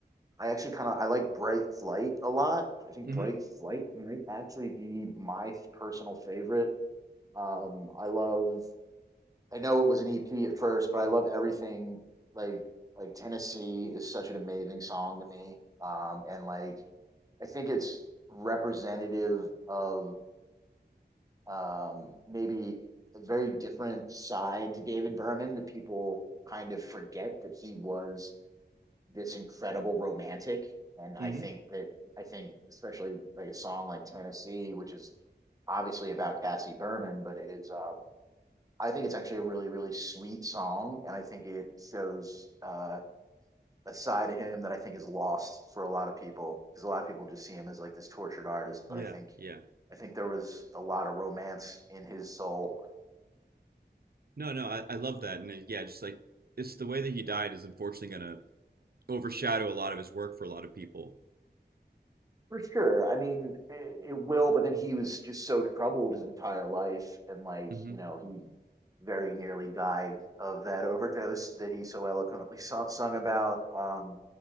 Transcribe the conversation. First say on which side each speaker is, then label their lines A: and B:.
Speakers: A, on the right; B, on the right.
A: I actually kind of I like Bright Flight a lot. I think
B: Mm-hmm.
A: Bright Flight might actually be my personal favorite. Um I love I know it was an EP at first, but I love everything like like Tennessee is such an amazing song to me. Um and like I think it's representative of um, maybe a very different side to David Berman that people kind of forget that he was this incredible romantic. And I
B: Mm-hmm.
A: think that I think especially like a song like Tennessee, which is obviously about Cassie Berman, but it is um, I think it's actually a really really sweet song, and I think it shows uh, a side of him that I think is lost for a lot of people because a lot of people just see him as like this tortured artist,
B: Yeah.
A: but I think
B: Yeah.
A: I think there was a lot of romance in his soul
B: No, no, I, I love that. And uh, yeah, just like it's the way that he died is unfortunately gonna overshadow a lot of his work for a lot of people.
A: For sure. I mean, it, it will, but then he was just so troubled his entire life, and like,
B: hmm
A: you know, he very nearly died of that <laughs> overdose that he so eloquently sung, sung about. Um,